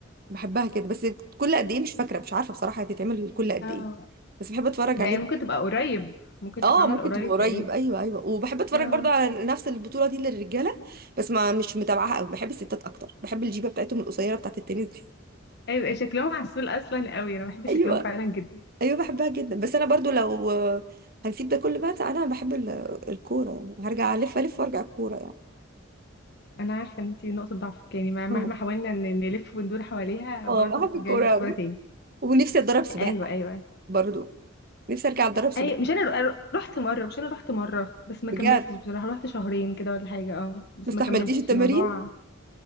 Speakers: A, on the right; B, on the left.
A: بحبها كده بس كل قد ايه مش فاكرة مش عارفة بصراحة هي بتتعمل كل قد
B: اه
A: ايه بس بحب اتفرج
B: ده
A: عليه
B: يعني ممكن تبقى قريب ممكن
A: اه
B: تتعمل
A: ممكن
B: قريب
A: تبقى قريب
B: تقريبا
A: ايوه ايوه وبحب اتفرج
B: اه
A: برضو على نفس البطولة دي للرجالة بس ما مش متابعاها قوي بحب الستات اكتر بحب الجيبة بتاعتهم القصيرة بتاعت التنس دي
B: ايوه إيه، شكلهم عسول اصلا قوي انا
A: <laughs>
B: بحب شكلهم
A: ايوه
B: فعلا جدا
A: ايوه بحبها جدا بس انا برضو لو هنسيب ده كله بقى انا بحب ال- الكورة يعني هرجع الف الف وارجع الكورة يعني
B: انا عارفه ان انت نقطه ضعفك يعني ما- مهما
A: اه
B: حاولنا ن- نلف وندور حواليها
A: آه،
B: برضه
A: بحب
B: هترجعي
A: الكورة
B: لي الكوره
A: قوي
B: تاني
A: ونفسي اتدرب سباحة
B: ايوه ايوه
A: برضو نفسي ارجع اتدرب سباحه
B: ايوه مش انا رو- رحت مره مش انا رحت مره بس ما
A: بجد
B: كملتش بصراحه رحت شهرين كده ولا حاجه اه بس
A: ما استحملتيش
B: ما كملتش
A: التمارين
B: الموضوع